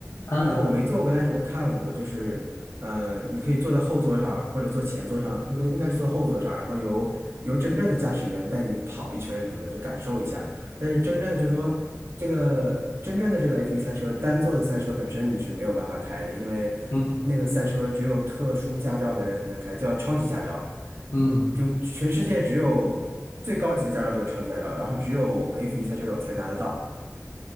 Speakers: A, on the left; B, on the right.
A: 啊，
B: 那个我没坐过，但是我看过，就是，呃，你可以坐在后座上或者坐前座上，应该应该是坐后座上，然后由由真正的驾驶员带你跑一圈什么的，就感受一下。但是真正的就是说，这个真正的这个 F1 赛车单座的赛车本身你是没有办法开的，因为那个赛车只有特殊驾照的人才能开，
A: 嗯，
B: 叫超级驾照。
A: 嗯，
B: 就全世界只有最高级的驾照就是超级驾照，然后只有 F1 赛车手才拿得到。